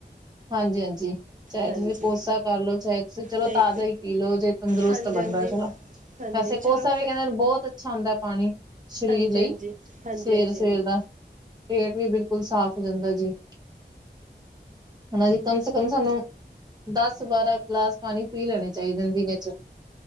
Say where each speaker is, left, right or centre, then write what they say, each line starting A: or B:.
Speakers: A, on the right; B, on the right.
A: ਹਾਂਜੀ- ਹਾਂਜੀ। ਚਾਏ
B: ਹਾਂਜੀ
A: ਤੁਸੀਂ ਕੋਸਾ ਕਰ ਲੋ, ਚਾਏ ਤੁਸੀਂ ਚਲੋ
B: ਤੇ
A: ਤਾਜ਼ਾ ਈ ਪੀ ਲੋ, ਜੇ ਤੰਦਰੁਸਤ
B: ਹਾਂਜੀ
A: ਬਣਦਾ
B: ਹਾਂਜੀ
A: ਏ ਚਲੋ।
B: ਹਾਂਜੀ
A: ਵੈਸੇ
B: ਚਲੋ
A: ਕੋਸਾ ਵੀ
B: ਫਿਰ
A: ਕੈਂਦੇ ਨੇ ਬੋਤ ਅੱਛਾ ਹੁੰਦਾ ਪਾਣੀ, ਸਰੀਰ
B: ਹਾਂਜੀ
A: ਲਈ
B: ਹਾਂਜੀ ਹਾਂਜੀ
A: ਸਵੇਰੇ
B: ਹਾਂਜੀ
A: ਸਵੇਰ
B: ਹਾਂਜੀ
A: ਦਾ। ਪੇਟ ਵੀ ਬਿਲਕੁਲ ਸਾਫ਼ ਹੋ ਜਾਂਦਾ ਜੀ। ਹੁਨਾ ਜੀ ਕਮ ਸੇ ਕਮ ਸਾਨੂੰ ਦਸ -ਬਾਰਾਂ ਗਲਾਸ ਪਾਣੀ ਪੀ ਲੈਣੇ ਚਾਈਦੇ ਨੇ ਦਿਨੇ 'ਚ।